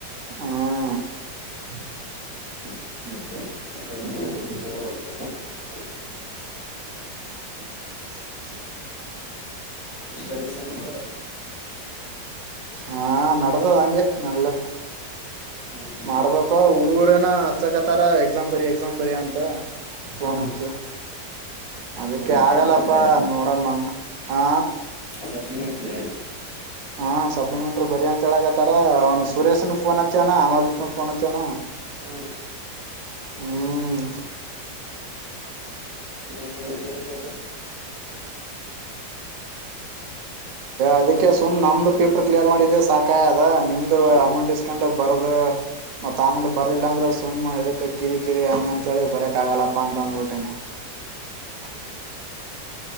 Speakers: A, on the right; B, on the left.
A: ಹ್ಮ
B: <unintelligible> ಹೇಳಬೇಕ
A: <unintelligible>
B: ಸ್ಟ ಮಾಡದ
A: ಹಾ ನದದ ಅಂಗೆ ನಲ್ಲ
B: ಹ್ಮ್ ಹ್ಮ್
A: ಮಾಡ್ಬೇಕ ಹುಡುಗರೇನ ಹಚಕತರ ಎಕ್ಸಾಮ್ ಬರಿ ಎಕ್ಸಾಮ್ ಬರಿಯಂತ ಪೋನ್ಹಚ
B: ಹಾ
A: ಅದಕ್ಕೆ
B: ಸಪ್ಲಿಮೆಂಟ್ರಿ
A: ಆಗಲ್ಲಪ್ಪಾ ನೋಡಮ್ಮ ಹಾ
B: ಸಪ್ಲಿಮೆಂಟರಿ
A: ಹಾ ಸಪ್ಲಿಮೆಂಟ್ರಿ ಬರಿ ಅಂತ ಹೇಳಕತ್ತಾರ ಅವ್ನ್ ಸುರೇಶ್ನ್ ಫೋನ್ ಹ ಹಚ್ಯಾಣ ಅಮಾರಜಿತ್ ಒಂದ ಪೋನ್ ಹಚ್ಯಾಣ
B: ಹಾ
A: ಹ್ಮ್
B: ಇನೊಂದು ಬಾರಿ ಎಲಿ ಬರಿತಪ್ಪ
A: ಅದಕ್ಕೆ ಸುಮ್ ನಮ್ದು ಪೇಪರ್ ಕ್ಲಿಯರ್ ಮಾಡಿದ್ದ ಸಾಕಾಯ ಅದ ನಿಮ್ದು
B: ಹಾ
A: ಅಮೌಂಟ್ ಇಸ್ಕೊಂಡ ಬರದ ಅದು ಮತ್ತ್ ಆಮೇಲೆ ಬರ್ಲಿಲ್ಲ ಅಂದ್ರೆ ಸುಮ್ ಇದಕ್ಕೆ ಕಿರಿ ಕಿರಿ ಹಂಗ ಅಂತೇಳಿ ಬರ್ಯಾಕ್ ಆಗಲ್ಲಪ್ಪಾ ಅಂತ ಅಂದ್ಬಿಟ್ಟೇನೆ <unintelligible>